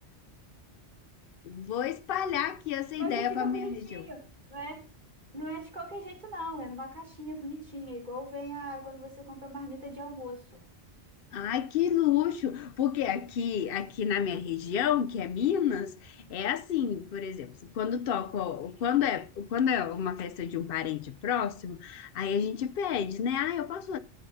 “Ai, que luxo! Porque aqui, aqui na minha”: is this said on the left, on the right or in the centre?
Left